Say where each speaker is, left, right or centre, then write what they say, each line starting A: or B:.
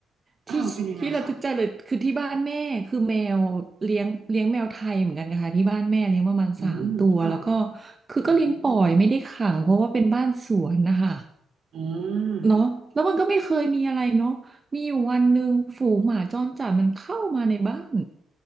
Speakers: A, on the right; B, on the right.
A: ที่ที่ระทึกใจเลยคือที่บ้านแม่คือแมวเลี้ยงเลี้ยงแมวไทยเหมือนกันนะคะที่บ้านแม่เลี้ยงประมาณสามตัวแล้วก็
B: อ้าวเป็นยังไงคะอืมค่ะ
A: คือก็เลี้ยงปล่อยไม่ได้ขังเพราะว่าเป็นบ้านสวนนะคะ
B: อืมอืม
A: เนาะแล้วมันก็ไม่เคยมีอะไรเนาะมีอยู่วันหนึ่งฝูงหมาจรจัดมันเข้ามาในบ้าน